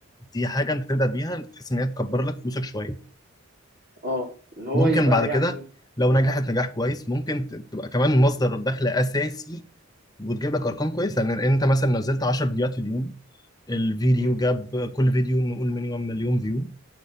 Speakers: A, on the left; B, on the right.
A: دي حاجه انت تبدا بيها تحس ان هي تكبر لك فلوسك شويه
B: اه اللي هو
A: ممكن
B: يبقى
A: بعد كده
B: يعني
A: لو نجحت
B: اه
A: نجاح كويس ممكن ت- تبقى كمان مصدر دخل اساسي وتجيب لك ارقام كويسه لان انت مثلا نزلت 10 فيديوهات في اليوم الفيديو
B: امم
A: جاب كل فيديو نقول مينيمم مليون فيو